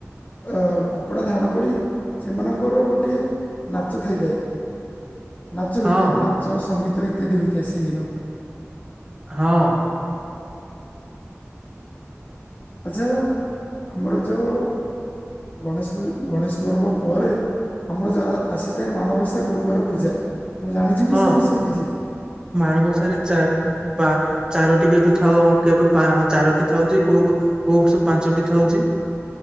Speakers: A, on the left; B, on the right.
A: ଅ କପଡ଼ା ଧାରଣ କରି ସେମାନଙ୍କର ଗୋଟିଏ ନାଚ ଥାଇଥାଏ ନାଚ
B: ହଁ
A: ହୋଇଥାଏ ନାଚ ସଙ୍ଗୀତ ଇତ୍ୟାଦି ହୋଇଥାଏ ସେଦିନ
B: ହଁ।
A: ଆଚ୍ଛା ଆମର ଯୋଉ ଗଣେଶ ପୂ ଗଣେଶ ପର୍ବ ପରେ ଆମର ଯଉ ଆସିଥାଏ ମାଣବସା ଗୁରୁବାର ପୂଜା ତମେ ଜାଣିଛ କି
B: ହଁ
A: ସେ ବିଷୟରେ କିଛି
B: ମାଣବ ସାରେ ଚା ଚାରୋଟି କେବେ ଥାଉ କେବେ ଚାରୋଟି ଥାଉଛି କୋଉ କୋଉ ସବୁ ପାଞ୍ଚଟି ଥାଉଛି